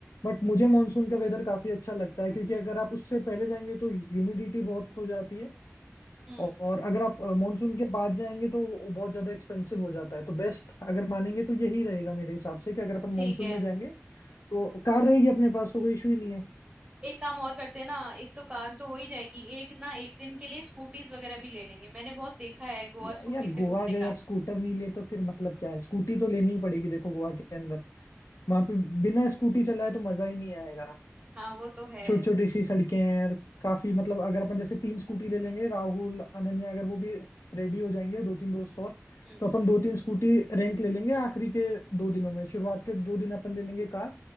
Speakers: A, on the left; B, on the right.
A: बट मुझे मॉनसून का वेदर काफी अच्छा लगता है क्योंकि अगर आप उससे पहले जाएंगे तो ह्यूमिडिटी बहुत हो जाती है
B: हम्म
A: और अगर आप मॉनसून के बाद जाएंगे तो वो बहुत ज्यादा एक्सपेंसिव हो जाता है तो बेस्ट अगर मानेंगे तो यही रहेगा मेरे हिसाब से कि अगर अपन
B: ठीक
A: मॉनसून
B: है
A: में जाएंगे तो कार रहेगी अपने पास तो कोई इशू ही नहीं है
B: एक काम और करते हैं ना एक तो कार तो हो ही जाएगी एक ना एक दिन के लिए स्कूटीज वगैरह भी ले लेंगे मैंने बहुत देखा है गोवा
A: या,
B: स्कूटी
A: यार
B: से
A: गोवा
B: घूमने
A: गए
B: का
A: और स्कूटर नहीं ले तो फिर मतलब क्या है स्कूटी तो लेनी ही पड़ेगी देखो गोवा के वहां पे बिना स्कूटी चलाए तो मजा ही नहीं आएगा
B: हाँ वो तो है
A: छोटी छोटी सी सड़कें हैं और काफी मतलब अगर अपन जैसे तीन स्कूटी ले लेंगे राहुल अनन्या अगर वो भी रेडी हो जाएंगे दो तीन दोस्त और
B: हम्म।
A: तो अपन दो तीन स्कूटी रेंट ले लेंगे आखिरी के दो दिनों में शुरुआत के दो दिन अपन ले लेंगे कार